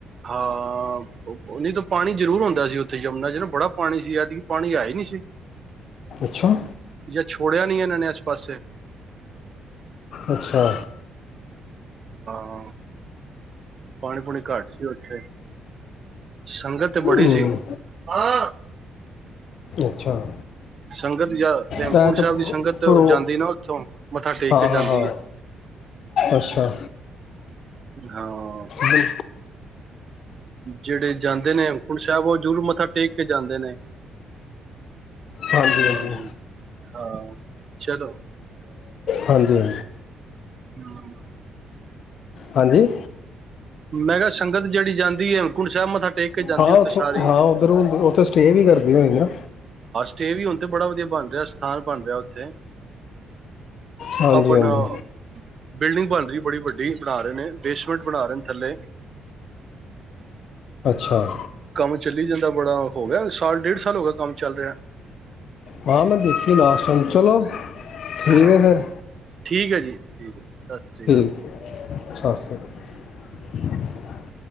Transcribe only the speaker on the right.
ਹਾਂ ਨਹੀਂ ਤਾਂ ਪਾਣੀ ਜ਼ਰੂਰ ਹੁੰਂਦਾ ਸੀ ਉੱਥੇ ਜੰਮਨਾ ਜਿ ਨਾ ਬੜਾ ਪਾਣੀ ਸੀ ਏਦਕੀ ਪਾਣੀ ਹੈ ਹੀ ਨਹੀਂ ਸੀ
ਜਾਂ ਛੋੜਿਆ ਨੀ ਇਹਨਾਂ ਨੇ ਅਜ ਪਾਸੇ
ਹਾਂ। ਪਾਣੀ ਪੂਣੀ ਘੱਟ ਸੀ ਓਹਥੇ ਸੰਗਤ ਤੇ
ਬੜੀ ਸੀ ਹਾਂ,
ਸੰਗਤ ਜਾਂ ਹੈਮਕੁੰਡ
ਸਾਹਿਬ ਦੀ ਸੰਗਤ
ਜਾਂਦੀ ਨਾ ਉੱਥੋਂ ਮੱਥਾ ਟੇਕ
ਕੇ ਜਾਂਦੀ
ਐ।
ਹਾਂ,
ਜਿਹੜੇ ਜਾਂਦੇ ਨੇ, ਹੇਮਕੂਟ ਸਾਹਿਬ ਉਹ ਜ਼ਰੂਰ ਮੱਥਾ ਟੇਕ ਕੇ ਜਾਂਦੇ ਨੇ।
ਹਮ ਹਾਂ ਚਲੋ।
ਹੂੰ,
ਮੈਂ ਕਿਹਾ ਸੰਗਤ ਜਿਹੜੀ ਜਾਂਦੀ, ਹੇਮਕੂਟ ਸਾਹਿਬ ਮੱਥਾ ਟੇਕ ਕੇ ਜਾਂਦੀ
ਉੱਥੇ
ਸਾਰੀ
ਸਟੇਅ ਵੀ ਹੁਣ, ਤੇ ਬੜਾ ਵਧੀਆ ਬਣ ਰਿਹਾ ਸਥਾਨ ਬਣ ਰਿਹਾ ਉੱਥੇ।
ਆਪਣਾ
ਬਿਲਡਿੰਗ ਬੜੀ ਵੱਡੀ ਬਣਾ ਰਹੇ ਨੇ, ਬੇਸ਼ਮਿਟ ਬਣਾ ਰਹੇ ਨੇ। ਥੱਲੇ।
ਕੰਮ ਚੱਲੀ ਜਾਂਦਾ ਬੜਾ, ਹੋ ਗਿਆ ਸਾਲ ਡੇਢ ਸਾਲ ਹੋ ਗਿਆ ਕੰਮ ਚੱਲ ਰਿਹਾ।
ਹਾਂਜੀ
ਠੀਕ ਹੈ ਜੀ, ਠੀਕ ਹੈ। ਸਤਿ ਸ਼੍ਰੀ ਅਕਾਲ।